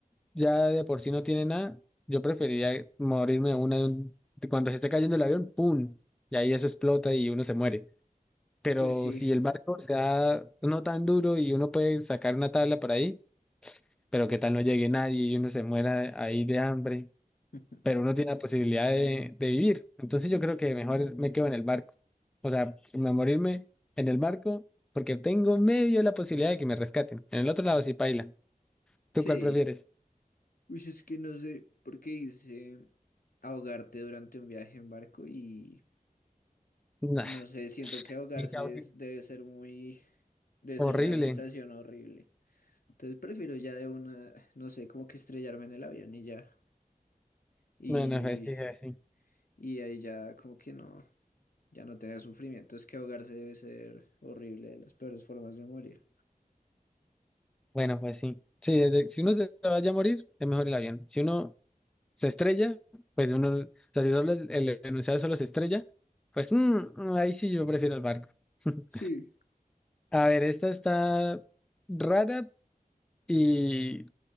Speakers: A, in the centre; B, on the left.
A: ya de por sí no tiene nada, yo preferiría morirme de una de un- de cuando se esté cayendo el avión, ¡pum! Y ahí eso explota y uno se muere. Pero
B: pues sí,
A: si el barco se da no tan duro y uno puede sacar una tabla por ahí, pero qué tal no llegue nadie y uno se muera ahí de hambre,
B: <laughs>
A: pero uno tiene la posibilidad de, de vivir. Entonces yo creo que mejor me quedo en el barco. O sea, me- morirme en el barco porque tengo medio la posibilidad de que me rescaten. En el otro lado sí paila. ¿Tú
B: sí.
A: cuál prefieres?
B: Uy, es que no sé por qué hice ahogarte durante un viaje en barco y,
A: Nah,
B: y no sé, siento que ahogarse
A: qué caótico.
B: es- debe ser muy, debe
A: horrible.
B: ser una sensación horrible. Entonces prefiero ya de una, no sé, como que estrellarme en el avión y ya. Y,
A: Bueno, pues sí, pues sí.
B: y ahí ya como que no, ya no tener sufrimiento. Es que ahogarse debe ser horrible, de las peores formas de morir.
A: Bueno, pues sí. Sí, desde- si uno se vaya a morir, es mejor el avión. Si uno se estrella, pues uno, o sea, si solo el, el enunciado solo se estrella, pues mm, mm, ahí sí yo prefiero el barco. <laughs>
B: Sí.
A: A ver, esta está rara y